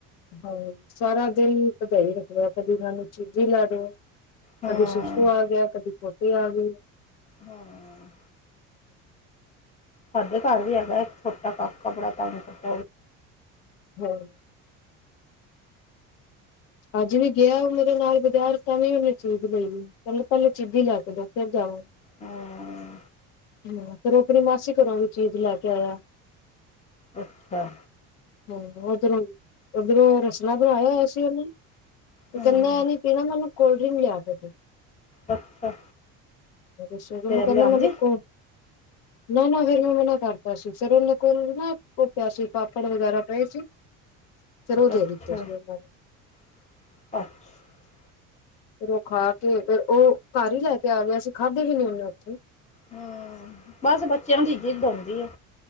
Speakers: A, on the left; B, on the left.
A: ਹਾਂ ਸਾਰਾ ਦਿਨ ਭਜਾਈ ਰਖਣੇ ਆਂ, ਕਦੀ ਇਨ੍ਹਾਂਨੂੰ ਚੀਜ਼ੀ ਲੈ ਦੋ
B: ਹਮ
A: ਕਦੀ ਸ਼ੂਸ਼ੂ ਆ ਗਯਾ, ਕਦੀ ਪੋਟੀ ਆ ਗਈ
B: ਹਮ ਸਾਡੇ ਘਰ ਵੀ ਹੈਗਾ ਐ, ਇੱਕ ਛੋਟਾ ਕਾਕਾ ਬੜਾ ਤੰਗ ਕਰ
A: ਹਮ <inaudible> ਅੱਜ ਵੀ ਗਿਆ ਉਹ ਮੇਰੇ ਨਾਲ ਬਜ਼ਰ ਤਾਂ ਵੀ ਉਹਨੇ ਚੀਜ਼ ਲੈਣੀ, ਕਹਿੰਦਾ ਪਹਿਲੇ ਚੀਜ਼ੀ ਲੈ ਕੇ ਦੋ, ਫਿਰ ਜਾਵਾਂ।
B: ਹਮ
A: ਹੂ, ਫਿਰ ਉਹ ਆਪਣੀ ਮਾਸੀ ਘਰੋਂ ਵੀ ਚੀਜ਼ ਲੈ ਕੇ ਆਇਆ
B: ਅੱਛਾ
A: ਹਾਂ ਉਧਰੋਂ, ਉੱਧਰੋਂ ਰਸਨਾ ਬਣਾਇਆ ਹੋਇਆ ਸੀ ਉਹਨੇ ਤੇ
B: ਹਮ
A: ਕਹਿੰਦਾ ਇਹ ਨੀ ਪੀਣਾ, ਮੈਨੂੰ ਕੋਲਡ ਡਰਿੰਕ ਲਿਆ ਕੇ ਦੋ
B: ਅੱਛਾ
A: ਸਗੋਂ
B: ਫੇਰ
A: ਮੈਂਨੂੰ ਕਹਿੰਦਾ
B: ਲਿਆਂਦੀ
A: ਮੈਂਨੂੰ ਕੋਲ੍ਡ ਡੀ ਨਾ ਨਾ ਫੇਰ ਮੈਂ ਮਨਾ ਕਰਤਾ ਸੀ, ਫੇਰ ਔ ਦੇ ਕੋਲ ਨਾ ਉਹ ਪੇਆ ਸੀ, ਪਾਪੜ ਵਗੈਰਾ ਪਏ ਸੀ ਫੇਰ ਔ
B: ਅੱਛਾ
A: ਦੇ ਦਿਤੇ ਸੀ ਓਨਾਨੇ
B: ਅੱਛਾ
A: ਫਿਰ ਉਹ ਖਾ ਕੇ ਫੇਰ ਉਹ ਘਰ ਹੀ ਲੈ ਕੇ ਆ ਗਿਆ ਸੀ ਖਾਧੀ ਵੀ ਨਈ ਔ ਨੇ ਉੱਥੇ
B: ਹਮ ਬਸ ਬੱਚਿਆਂ ਦੀ ਜਿੱਦ ਹੋਂਦੀ ਏ